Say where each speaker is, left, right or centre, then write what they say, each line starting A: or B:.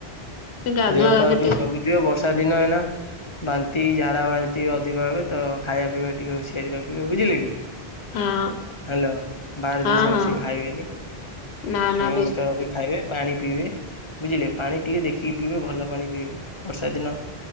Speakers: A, on the left (about 85°); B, on the left (about 35°).
A: ଗାଧୁଆ
B: ଦେହପାଉ
A: ଗାଧୁ
B: ଟିକେ ଜଗୁଥିବ ବର୍ଷା ଦିନ ଏ ବାନ୍ତି ଝାଡା ବାନ୍ତି ଅଧିକ ହେବେ ତ ଖାଇବା ପିଇବା ଟିକେ ହୁସିିଆରି ରଖିବେ ବୁଝିଲେ କି?
A: ହଁ
B: ହ୍ୟାଲୋ ବାହାର
A: ହଁ
B: ଜିନିଷ
A: ହଁ
B: ବେଶୀ ଖାଇବେନି।
A: ନା ନା
B: ନିୟମିତ
A: ବେଶୀ
B: ଭାବେ ଖାଇବେ ପାଣି ପିଇବେ। ବୁଝିଲେ ପାଣି ଟିକେ ଦେଖିକି ପିଇବେ ଭଲ ପାଣି ପିଇବେ ବର୍ଷା ଦିନ